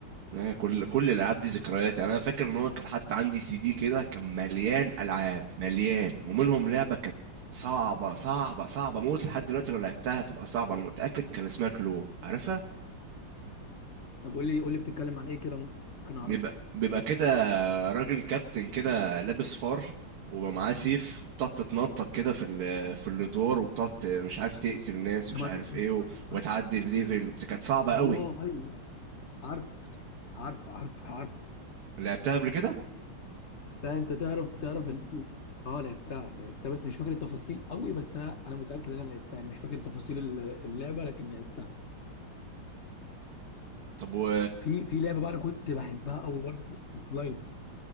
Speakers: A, on the right (about 85°); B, on the left (about 55°).
A: يعني كل كل الالعاب دي ذكريات يعني انا فاكر ان هو كان حتى عندي سي دي كده كان مليان العاب مليان ومنهم لعبه كانت صعبه صعبه صعبه موت لحد دلوقتي لو لعبتها هتبقى صعبه انا متاكد كان اسمها كلو عارفها
B: طب قول لي قول لي بتتكلم عن ايه كده ممكن اعرفها
A: بيبقى بيبقى كده راجل كابتن كده لابس فار وبقى معاه سيف وبتقعد تتنطط كده في ال- في الادوار وبتقعد ت- مش عارف تقتل ناس ومش
B: أنا ما-
A: عارف ايه و- وتعدي
B: <laughs>
A: الليفل وبت- كانت صعبه
B: اه
A: قوي
B: ايوه عارف عارف عارف عارف
A: لعبتها قبل كده
B: لا انت تعرف تعرف اللعبة اه لعبتها لعبتها بس مش فاكر التفاصيل قوي بس انا لا انا متاكد ان انا لعبتها يعني مش فاكر تفاصيل الل- اللعبه لكن لعبتها
A: طب و
B: في في لعبه بقى انا كنت بحبها قوي برضه اونلاين